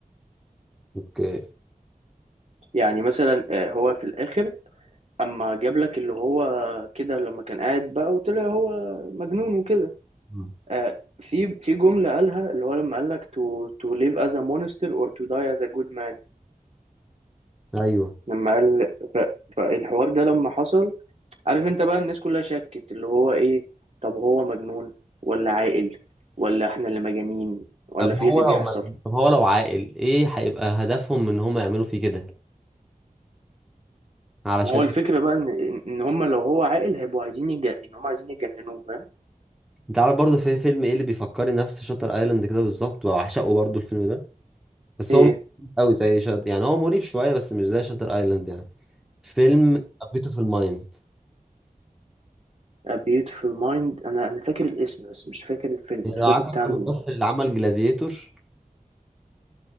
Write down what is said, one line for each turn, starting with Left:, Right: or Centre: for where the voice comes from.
Centre: اوكي
Right: يعني مثلا آه، هو في الاخر اما جاب لك اللي هو كده لما كان قاعد بقى وطلع هو مجنون وكده
Centre: مم.
Right: آه في في جملة قالها اللي هو لما قال لك to to live as a monster or to die as a good man
Centre: ايوه
Right: لما قال ف فالحوار ده لما حصل عارف انت بقى الناس كلها شكت اللي هو ايه طب هو مجنون ولا عاقل ولا احنا اللي مجانين ولا
Centre: طب
Right: في
Centre: هو
Right: اللي بيحصل
Centre: لو ما... طب هو لو عاقل ايه هيبقى هدفهم من ان هم يعملوا فيه كده علشان
Right: ما هو الفكرة بقى ان ان هم لو هو عاقل هيبقوا عايزين يج... ان هم عايزين يجننوه فاهم
Centre: انت عارف برضه في فيلم ايه اللي بيفكرني نفس شاتر ايلاند كده بالظبط وعشقه برضه الفيلم ده بس
Right: ايه
Centre: هو مش قوي زي شاتر يعني هو مريب شويه بس مش زي شاتر ايلاند يعني فيلم في المايند
Right: A Beautiful Mind انا انا فاكر الاسم بس مش فاكر الفيلم
Centre: لو
Right: مش فاكر
Centre: عارف
Right: بتاع
Centre: الممثل
Right: مين
Centre: اللي عمل جلاديتور